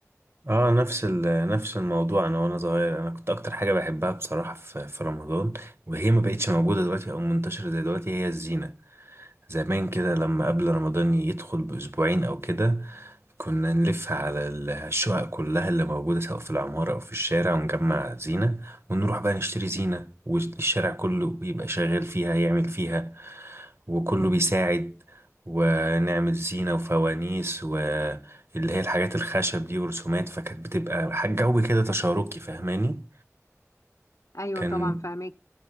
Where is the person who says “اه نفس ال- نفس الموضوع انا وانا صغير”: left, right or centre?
Right